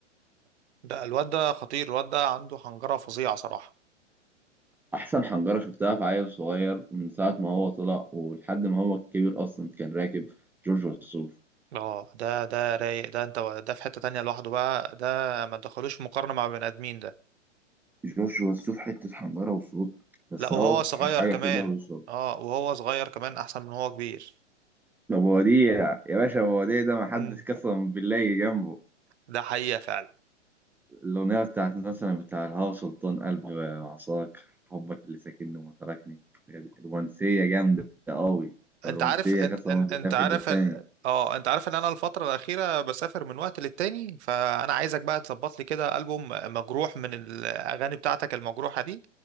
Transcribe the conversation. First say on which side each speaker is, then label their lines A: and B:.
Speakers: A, on the right; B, in the centre.
A: ده الواد ده خطير الواد ده عنده حنجرة فظيعة صراحة
B: احسن حنجره شفتها في عيل صغير من ساعه ما هو طلع ولحد ما هو كبير اصلا كان راكب جورج وسوف
A: اه ده ده رايق ده انت ده في حتة تانية لوحده بقى ده ما تدخلوش في مقارنة مع بني ادمين ده
B: جورج وسوف حته حنجره وصوت بس
A: لا
B: اهو
A: وهو صغير
B: حاش حاجه
A: كمان
B: فيه اللي هو بيشرب
A: اه وهو صغير كمان احسن من هو كبير
B: ده بوديع يا باشا بوديع ده محدش
A: امم
B: قسم بالله يجي جنبه
A: ده حقيقة فعلا
B: الأغنية بتاعت مثلا بتاع الهوا سلطان قلبي وعصاك حبك اللي ساكنني وما تركني هي دي رومانسية جامدة قوي طب
A: انت
B: رومانسية
A: عارف انت
B: قسما
A: انت,
B: بالله
A: انت عارف
B: في حتة تاني
A: ال- اه انت عارف ان انا الفترة الأخيرة بسافر من وقت للتاني فانا عايزك بقى تظبط لي كده ألبوم مجروح من الاغاني بتاعتك المجروحة دي